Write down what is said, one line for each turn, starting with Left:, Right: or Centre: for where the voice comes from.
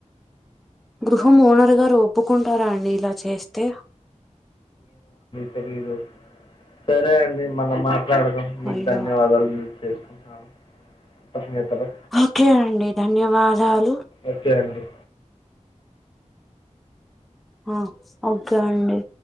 Centre: గృహం ఓనరు గారు ఒప్పుకుంటార అండి ఇలా చేస్తే
Left: తెలిదు సరే అండి మ <unintelligible> <unintelligible> మీకు
Centre: అయ్యో
Left: ధన్యవాదాలు <unintelligible> చేసుకుంటన్నాను కృతఙ్ఞతలు
Centre: ఓకే అండి ధన్యవాదాలు
Left: ఒకే అండి
Centre: ఆ ఓకే అండి